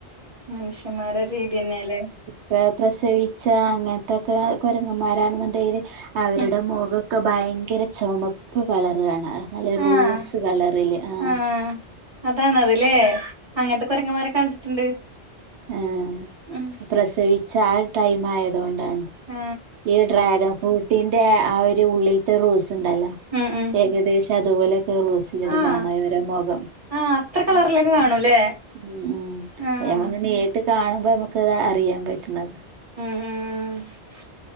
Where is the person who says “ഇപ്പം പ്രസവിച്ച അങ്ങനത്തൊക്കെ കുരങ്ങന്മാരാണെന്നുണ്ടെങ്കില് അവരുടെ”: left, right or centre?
Right